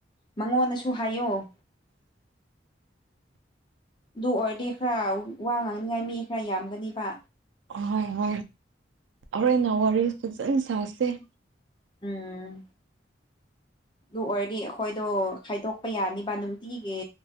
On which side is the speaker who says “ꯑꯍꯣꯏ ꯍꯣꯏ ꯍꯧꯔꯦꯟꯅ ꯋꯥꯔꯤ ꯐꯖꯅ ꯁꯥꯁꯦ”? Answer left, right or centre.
Right